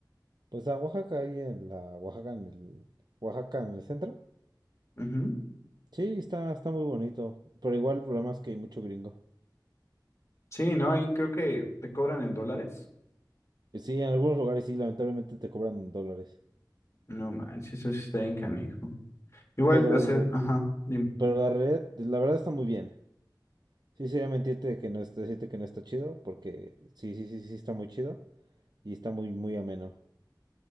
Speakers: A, on the right; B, on the left.
A: Pues a Oaxaca, ahí en la Oaxaca, en el, Oaxaca, en el centro.
B: Ujú.
A: Sí, está, está muy bonito. Pero igual el problema es que hay mucho gringo.
B: Sí, no, ahí creo que te cobran en dólares.
A: Y Sí, en algunos lugares sí, lamentablemente te cobran en dólares.
B: No manches, eso sí está bien canijo. Igual,
A: Pero,
B: o sea, ajá, dime.
A: pero la realidad, la verdad está muy bien. Sí, sería mentirte de que no está, decirte que no está chido, porque sí, sí, sí, sí está muy chido. Y está muy, muy ameno.